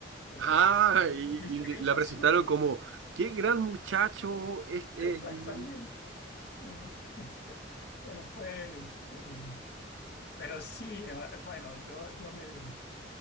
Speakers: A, on the left; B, on the right.
A: de,
B: Ah,
A: de de- de
B: y,
A: mis
B: y
A: Ah, pequeños
B: le- la presentaron
A: <laughs> hurtos.
B: como, qué gran muchacho este.
A: <laughs> Exactamente,
B: eh, eh".
A: ¿no? Este, pero fue, este, pero sí, eh, bueno, yo, yo me,